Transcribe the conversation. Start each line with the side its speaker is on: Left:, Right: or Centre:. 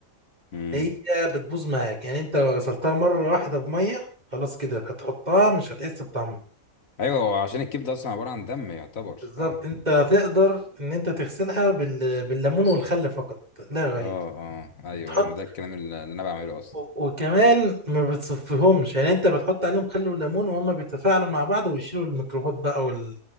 Left: امم
Right: هي بتبوظ معاك يعني انت لو غسلتها مره واحده بميه خلاص كده هتحطها مش هتحس بطعمها
Left: ايوه هو عشان الكبده اصلا عباره عن دم يعتبر فاهم
Right: بالظبط انت هتقدر ان انت تغسلها بال... بالليمون والخل فقط لا غير
Left: اه اه ايوه
Right: تحط
Left: ايوه ما ده الكلام اللي اللي انا بعمله اصلا
Right: و... وكمان ما بتصفيهمش يعني انت بتحط عليهم خل وليمون وهما بيتفاعلوا مع بعض ويشيلوا الميكروبات بقى وال...